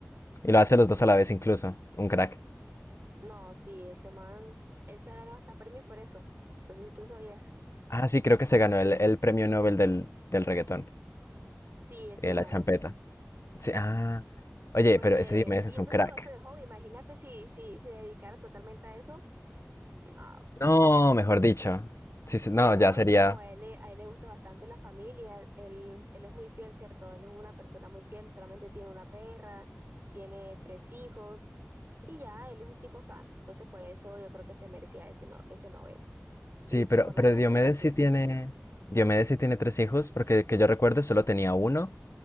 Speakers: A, on the left; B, on the right.
A: Y lo hace los dos a la vez incluso. Un crack.
B: No, sí, ese man, él se ha ganado hasta premios por eso. No sé si tú sabías.
A: Ah, sí, creo que se ganó el, el premio Nobel del, del reggaetón
B: Sí, él se
A: y
B: lo
A: de la
B: ganó.
A: champeta. Sí, ah, oye,
B: Porque,
A: pero ese Diomedes
B: y
A: es
B: eso
A: un crack.
B: que lo hace de hobby, imagínate si, si se dedicara totalmente a eso. No.
A: No, mejor dicho. Sí, sí, no,
B: Y no,
A: ya sería.
B: y como a él, le- a él le gusta bastante la familia, él, él es muy fiel, ¿cierto? Él es una persona muy fiel, solamente tiene una perra, tiene tres hijos y ya, él es un tipo sano. Entonces por eso yo creo que se merecía ese, no, ese Nobel
A: Sí,
B: y
A: pero,
B: por las
A: pero
B: canciones
A: Diomedes
B: que hacía.
A: sí tiene. Diomedes sí tiene tres hijos, porque que yo recuerde solo tenía uno